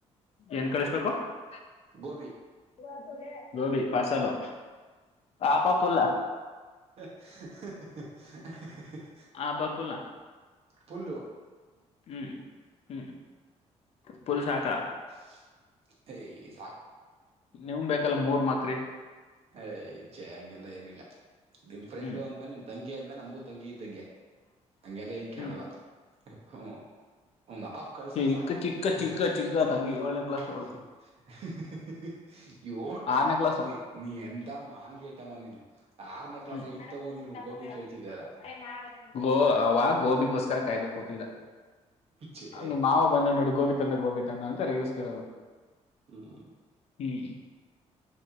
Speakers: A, on the left; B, on the right.
A: ಏನ್ ಕಳಿಸ್ಬೇಕು <unintelligible>
B: ಗೋಬಿ
A: ಗೋಬಿ ಪಾರ್ಸಲು ಹಾಫ ಫುಲ್ಲ
B: <unintelligible>
A: ಹಾಪ್ ಫುಲ್ಲ
B: ಪುಲ್ಲು
A: ಹ್ಮ್ ಹ್ಮ್ ಫುಲ್ ಸಾಕಾ
B: <unintelligible>
A: ನಿಮ್ ಬೇಕಲ್ಲ ಮೂರ್ ಮಕ್ರಿ
B: ಹೇ ಛೆ ಹಂಗೆಲ್ಲಾ ಏನಿಲ್ಲ ನಿಮ್ ಫ್ರೆಂಡು
A: ಹ್ಮ್
B: ಅಂದ್ಮೇಲೆ ನಿಮ್ ತಂಗಿ ಅಂದ್ಮೇಲೆ ನಮ್ಗೂ ತಂಗಿ ಇದ್ದಂಗೆ ಹಂಗೆಲ್ಲ ಏನ್ ಕೇಳಲ್ಲ
A: ಹ್ಮ್
B: <unintelligible> ಒಂದ್ ಹಾಪ್ ಕಳ್ಸಿದ್ರೆ
A: ಚಿಕ್ಕ
B: ಸಾಕು
A: ಚಿಕ್ಕ
B: <unintelligible>
A: ಚಿಕ್ಕ ಚಿಕ್ಕದಂಗೆ ಏಳನೇ ಕ್ಲಾಸ್ ಅವಳು ಆರನೇ ಕ್ಲಾಸ್
B: ನೀ ಎಂತ ಮಾನ್ಗೆಟ್ಟವ ನೀನು ಆರನೇ ಕ್ಲಾಸ್
A: ಹ್ಮ <unintelligible>
B: ಎಂಟವು ನೀನು ಗೋಬಿ ಕೇಳ್ತಿದಲ್ಲ
A: ಗೋಬಿಗೋಸ್ಕರ ಕಾಯ್ಕೋ ಕೂತಿದ್ದ
B: ಛೆ
A: ನಿಮ್ ಮಾವ ಬಂದಾನ್ ನೋಡು ಗೋಬಿ ತಣ ಗೋಬಿ ತನ ಅಂತ ರೇಗಿಸತಿರದು
B: ಹ್ಮ್
A: ಹ್ಮ್